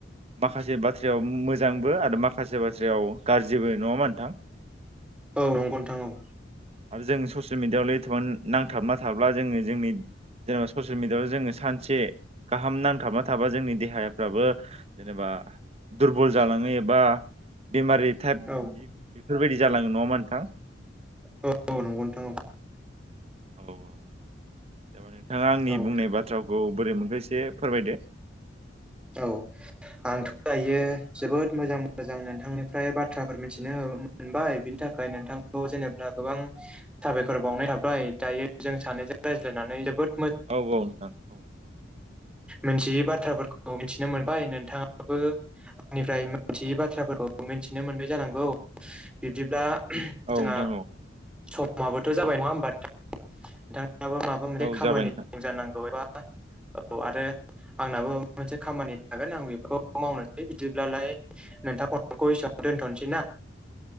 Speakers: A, on the right; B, in the centre.
A: माखासे बाथ्रायाव मोजांबो आरो माखासे बाथ्रायाव गाज्रिबो नङा ओमबा नोंथां? <inaudible>
B: औ नंगौ नोंथां औ।
A: आरो जों ससियेल मिडियाआवल एथ'बां नांथाबना थाब्ला जोङो जोंनि जेनेबा ससियेल मिडिआयाव जोङो सानसे गाहाम नांथाबना थाबा जोंनि देहाफ्राबो जेनेबा दुरबल जालाङो एबा बेमारि टाइप
B: औ
A: बेफोरबायदि जालाङो नङा होमबा नोंथां।
B: औ नंगौ नोंथां औ
A: औ औ तारमाने नोंथाङा
B: औ
A: आंनि बुंनाय बाथ्राखौ बोरै मोनखो एसे एसे फोरमायदो।
B: औ आंथ' दायो जोबोद मोजां मोजां नोंथांनिफ्राय बाथ्राफोर मिथिनो मोनबाय बिनि थाखाय थाखाय नोंथांखौ जेनेबा गोबां साबायखर बावनाय थाबाय दायो जों सानैजों रायज्लायनानै जोबोद
A: औ औ नोंथां औ।
B: मोनथियै बाथ्राफोरखौ मिथिनो मोनबाय नोंथाङाबो आंनिफ्राय मोनथियै बाथ्राफोरखौ मिन्थिनो मोनबाय जानांगौ बिब्दिब्ला
A: औ
B: जोंहा
A: नोंथां औ
B: समाबोथ' जाबाय नङा होमबा नोंथां नोंथाङाबो माबा मोनसे
A: औ
B: खामानि
A: जाबाय नोंथां
B: दं जानांगौ एबा औ आरो आंनाबो माबा मोनसे खामानि थागोन आं बेफोरखौ मावनोसै बिदिब्लालाय नोंथां खलखौ एसेयावनो दोनथ'नोसै ना।